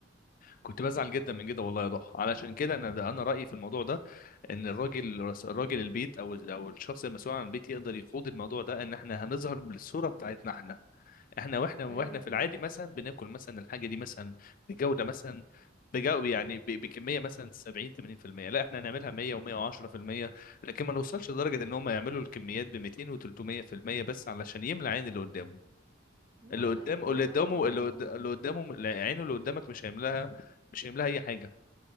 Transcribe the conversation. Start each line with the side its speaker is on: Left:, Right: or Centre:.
Left: كنت بزعل
Right: مم.
Left: جدا من كده والله يا ضحى علشان كده انا ده انا رايي في الموضوع ده ان الراجل الراجل البيت او او الشخص المسؤول عن البيت يقدر يقود الموضوع ده ان احنا هنظهر بالصوره بتاعتنا احنا احنا واحنا واحنا
Right: ايوه
Left: في
Right: صح
Left: العادي مثلا بناكل مثلا الحاجه دي مثلا بجوده مثلا بجو يعني ب- بكميه مثلا 70 80% لا احنا هنعملها 100 و110% لكن ما نوصلش لدرجه ان هم يعملوا الكميات ب 200 و300% بس علشان يملى عين اللي قدامه
Right: لا
Left: اللي قدامه
Right: يبقى هو
Left: اللي قدامه
Right: اللي قدامه
Left: اللي قد- اللي قدامه عينه اللي قدامك مش هيملاها مش هيملاها اي حاجه